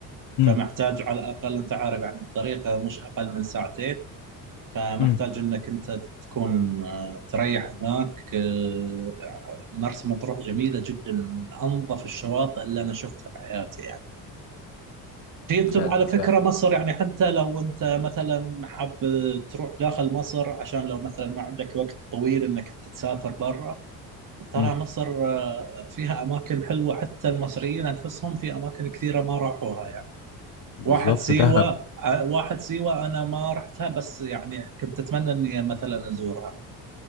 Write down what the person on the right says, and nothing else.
فمحتاج
على الأقل أنت عارف يعني الطريقة مش أقل من ساعتين فمحتاج
انك انت تكون آه، تريح هناك آه، مرسى مطروح جميله جدا من انظف الشواطئ اللي انا شفتها بحياتي يعني في انت
على فكره
مصر يعني حتى لو انت مثلا حاب تروح داخل مصر عشان لو مثلا ما عندك وقت طويل انك تسافر برا ترى
مصر آه، فيها اماكن حلوه حتى المصريين انفسهم في اماكن كثيره ما راحوها يعني
واحد سيوه
آه، واحد سيوه انا ما رحتها بس يعني كنت اتمنى اني مثلا ازورها